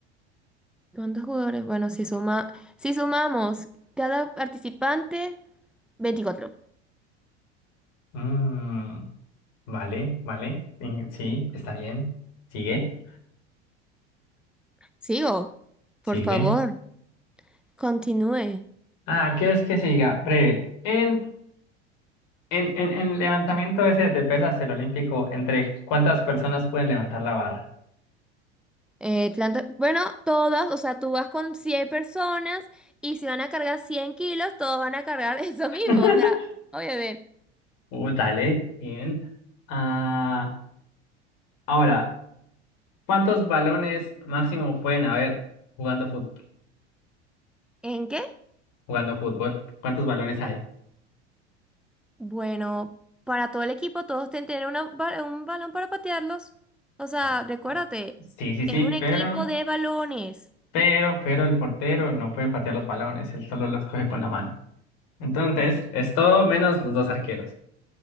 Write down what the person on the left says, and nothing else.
Mm, vale, vale. en- Sí, está bien. Sigue, Vale.
sigue.
Ah, ¿quieres que siga? Breve. En, en, en, en levantamiento ese de pesas, el olímpico, ¿entre cuántas personas pueden levantar la barra?
<laughs>
Uh, dale, bien. Ah, ahora, ¿cuántos balones máximo pueden haber jugando fútbol?
Jugando fútbol. ¿Cuántos balones hay?
Ah,
ah, Sí, sí, sí,
pero
Pero, pero el portero no puede patear los balones, él solo los coge con la mano. Entonces, es todo menos los dos arqueros.